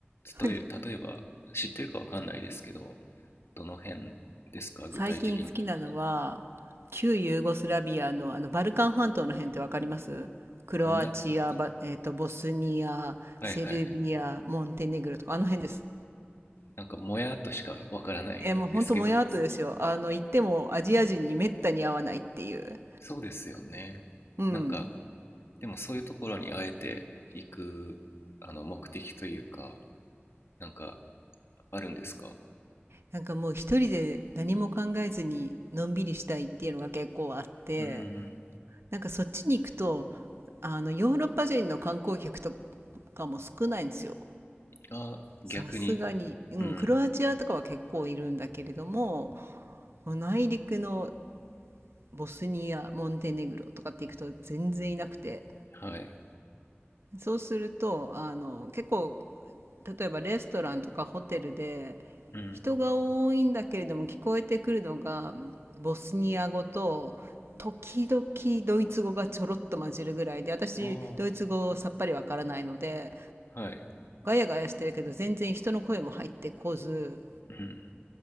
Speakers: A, on the left; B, on the right.
A: 例え例えば知ってるかわかんないですけど
B: <laughs>
A: どの辺ですか具体的に
B: 最近好きなのは、旧ユーゴスラビアの、あのバルカン半島の辺ってわかりますクロアチア、
A: あんな
B: バえっと、ボスニア、
A: はいはい
B: セルビア、モンテネグロとか、あの辺です。
A: なんかもやっとしかわからないですけど、
B: えーもうほんともやっとですよ。あの、行ってもアジア人にめったに会わないっていう。
A: そうですよね。
B: うん。
A: なんか、でもそういうところにあえて行く、あの、目的というか、なんか、あるんですか
B: なんかもう一人で何も考えずにのんびりしたいっていうのが結構あって、
A: うん。
B: なんかそっちに行くと、あの、ヨーロッパ人の観光客とかも少ないんですよ。
A: あ、逆に、
B: さすがに、うん、
A: うん。
B: クロアチアとかは結構いるんだけれども、こう内陸のボスニア、モンテネグロとかって行くと全然いなくて、
A: はい。
B: そうすると、あの、結構、例えばレストランとかホテルで、
A: うん。
B: 人が多いんだけれども聞こえてくるのが、ボスニア語と、時々ドイツ語がちょろっと混じるぐらいで、私、
A: あ
B: ドイツ語さっぱりわからないので、
A: あ、はい。
B: ガヤガヤしてるけど全然人の声も入ってこず、
A: うん。